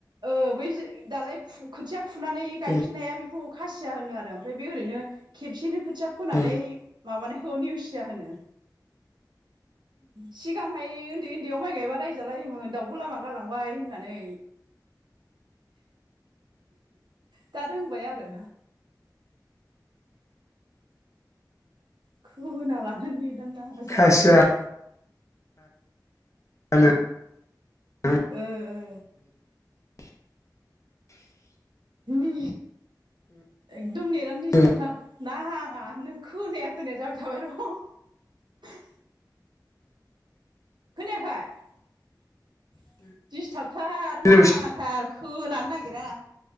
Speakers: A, on the right; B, on the left.
A: ओ बैजो दालाय फु खोथिया फुनानै गायफिननाया
B: उम
A: बि खौ खासिया होनो आरो ओमफ्राय बे ओरैनो खबसेनो खोथिया फोनानै
B: उम
A: माबानायखौ नेवसिया होनो। सिगांहाय उन्दै उन्दैयाव माइ गायबा रायजालायोमोन दाउग' लामा गालांबाय होननानै। दा रोंबाय आरो। खोना लानो नेदानो नाङा जारलाथार।
B: खासिया <unintelligible> उम
A: ओ ओ।
B: <unintelligible>
A: नि एकदम नेेदानो दिस्थाबथार
B: उम
A: नाङाहानो खोनाया खोनाया जाबाय थाबाय र' खोनायाखोय दिस्टाबथार नाङा
B: लेवसिया
A: नाङाथार खोनानो नागिरा